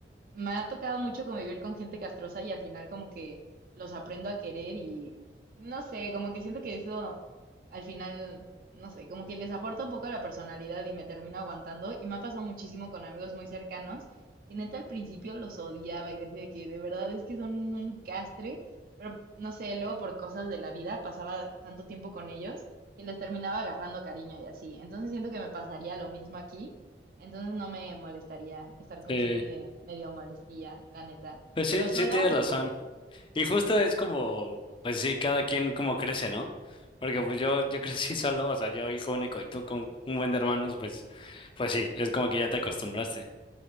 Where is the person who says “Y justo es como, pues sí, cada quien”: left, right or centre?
Left